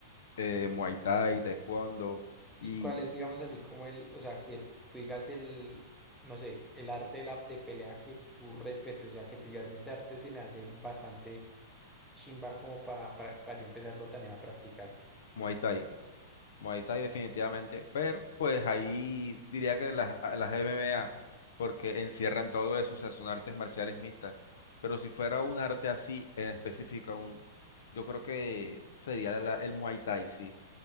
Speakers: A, on the left; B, in the centre.
A: eh, Muay Thai, Taekwondo y
B: ¿Y cuál es, digamos, así como el, o sea, que tú digas el, no sé, el arte de, la, de pelea que tú respetes? O sea, que tú digas, este arte se me hace bastante chimba como pa- para para yo empezarlo también a practicar.
A: Muay Thai. Muay Thai definitivamente, pero pues ahí diría que las, a- las MMA, porque encierran todo eso, o sea, son artes marciales mixtas, pero si fuera un arte así en específica, un, yo creo que sería la- el Muay Thai, sí.